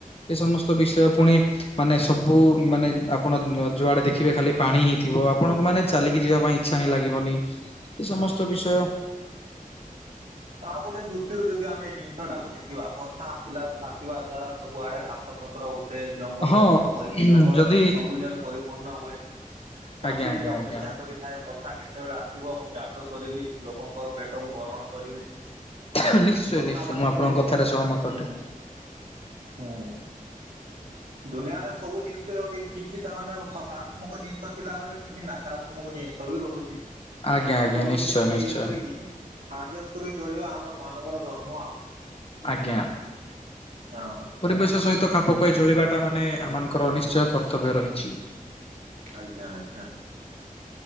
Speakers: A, on the left; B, on the right.
A: ଏ ସମସ୍ତ ବିଷୟ ପୁଣି ମାନେ ସବ ସବୁ ମାନେ ଆପଣ ଯୁଆଡେ ଦେଖିବେ ଖାଲି ପାଣି ହିଁ ଥିବ, ଆପଣଙ୍କୁ ମାନେ ଚାଲିକି ଯିବା ପାଇଁ ଇଚ୍ଛା ହିଁ ଲାଗିବନି। ଏ ସମସ୍ତ ବିଷୟ
B: ଆଉ ଗୋଟେ ଦୃଷ୍ଟିରୁ ଯଦି ଆମେ ଏଇ ଜିନିଷ ଟାକୁ ଦେଖିବା, ବର୍ଷା ଆସିଲା ଆସିବା ଦ୍ଵାରା ସବୁ ଆଡେ ଘାସ ପତ୍ର ଉଠେ। ଜଙ୍ଗଲ
A: ହଁ
B: ପୁଣି ଜଙ୍ଗଲ
A: ଯଦି
B: ସବୁ ଜରେ ପରିପୂର୍ଣ୍ଣ ହୁଏ। ଚାଷୀ
A: ଆଜ୍ଞା ଆଜ୍ଞା
B: ଟିଏ ଅପେକ୍ଷା
A: ଆଜ୍ଞା
B: କରିଥାଏ ବର୍ଷା କେତେବେଳେ ଆ ଥିବ ମୁଁ ଚାଷ କରିବି ଲୋକଙ୍କର ପେଟକୁ ଭରଣ କରିବି।
A: ନିଶ୍ଚୟ
B: ବର୍ଷା
A: ନିଶ୍ଚୟ
B: ପାଇଁ
A: ମୁଁ
B: ଏସବୁ
A: ଆପଣଙ୍କ
B: ଜିନ୍
A: କଥାରେ ସହମତ
B: ହୁଁ।
A: ଅଟେ।
B: ହୁଁ। ଦୁନିଆରେ ସବୁ ଜିନିଷ ର କିଛି ତା ମାନେ ସକାରାତ୍ମକ ଜିନିଷ ଥିଲାବେଳେ କିଛି ନକାରାତ୍ମକ ଜିନିଷ ବି ରହୁଚି
A: ଆଜ୍ଞା ଆଜ୍ଞା
B: ସବୁ
A: ନିଶ୍ଚୟ
B: ଜିନିଷକୁ
A: ନିଶ୍ଚୟ
B: ଇଏ କରିକି ଆଡ଼ଜେଷ୍ଟ କରିକି ଚଳିବା ଆମର ମାନବର ଧର୍ମ ଆଉ।
A: ଆଜ୍ଞା।
B: ହଁ।
A: ପରିବେଶ ସହିତ ଖାପ ଖାଇ ଚଳିବାଟା ମାନେ ଆମନଙ୍କର ନିଶ୍ଚୟ କର୍ତ୍ତବ୍ୟ ରହିଚି।
B: ଆଜ୍ଞା ଆଜ୍ଞା।